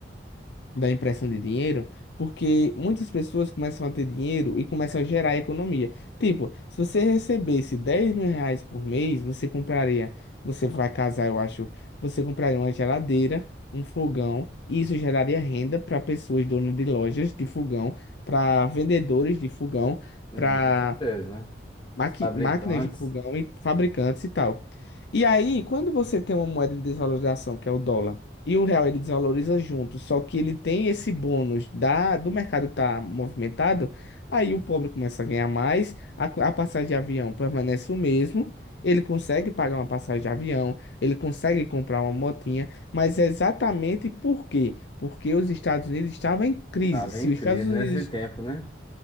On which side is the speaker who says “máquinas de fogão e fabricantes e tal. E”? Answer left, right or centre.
Left